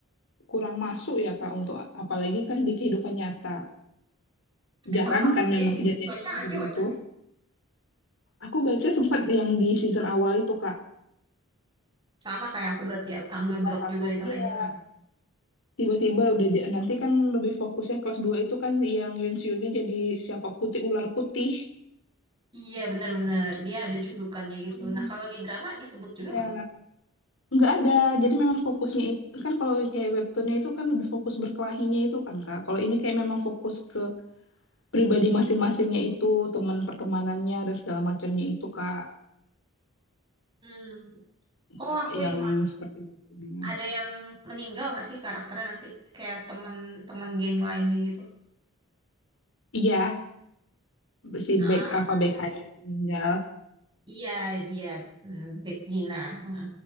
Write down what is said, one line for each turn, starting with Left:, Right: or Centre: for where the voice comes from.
Left: kurang masuk ya Kak untuk apalagi kan di kehidupan nyata.
Right: Tapi
Left: Jarang
Right: kalau kamu
Left: kan
Right: sendiri
Left: memang kejadian
Right: baca nggak
Left: seperti
Right: sih webtoonnya?
Left: itu. Aku baca sempat yang di season awal itu Kak.
Right: Sama kayak aku berarti ah, ngedrop
Left: Lupa satu,
Right: juga di tengah
Left: iya.
Right: jalan ya.
Left: Tiba-tiba udah ja- nanti kan lebih fokusnya kelas 2 itu kan yang Yunsiunnya jadi siapa putih ular putih.
Right: Iya benar-benar dia ada julukannya gitu.
Left: Hmm.
Right: Nah kalau di drama disebut juga
Left: Iya,
Right: nggak itu?
Left: nggak ada. Jadi memang fokusnya itu kan kalau kayak webtoonnya itu kan lebih fokus berkelahinya itu kan Kak. Kalau ini kayak memang fokus ke pribadi masing-masingnya itu, teman pertemanannya dan segala macamnya itu Kak.
Right: Hmm.
Left: Nggak
Right: Oh aku
Left: yang
Right: ingat
Left: seperti webtoonnya.
Right: ada yang meninggal nggak sih karakternya nanti kayak teman-teman geng lainnya gitu.
Left: Iya, si
Right: Ah
Left: back apa back hanya meninggal.
Right: iya dia hmm, Big Gina. Mm.